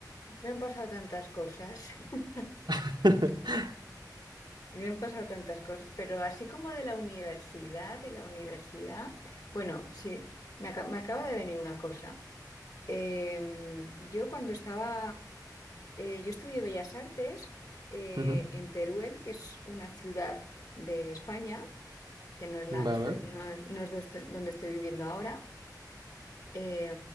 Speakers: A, on the left; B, on the right.
A: me han pasado tantas cosas, <laughs>
B: <laughs>
A: me han pasado tantas cosas, pero así como de la universidad, de la universidad, bueno, sí, me, aca- me acaba de venir una cosa. Em, yo cuando estaba Eh, yo estudié Bellas Artes eh,
B: Ujú,
A: en Teruel, que es una ciudad de España, que no es la que
B: Va,
A: estoy-
B: va.
A: no es, no es do- estoy- donde estoy viviendo ahora. Eh,